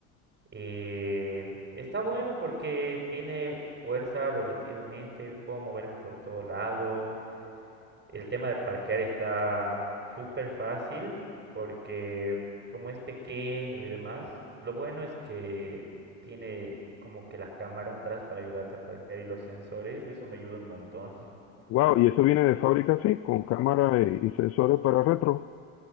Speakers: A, on the right (about 30°); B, on the left (about 40°).
A: Eh, está bueno porque tiene fuerza relativamente, puedo moverme por todo lado. El tema de parquear está súper fácil porque como es pequeño y demás, lo bueno es que tiene como que la cámara atrás para ayudarte a parquear y los sensores, eso me ayuda un montón. <laughs>
B: Wow, y eso viene de fábrica, sí, con cámara y, y sensores para retro.